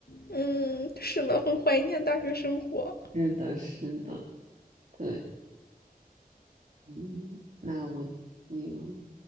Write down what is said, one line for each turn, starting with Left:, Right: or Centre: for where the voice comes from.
Left: 嗯，是的，很怀念大学生活。
Right: 是的，是的，对。嗯，那我，嗯，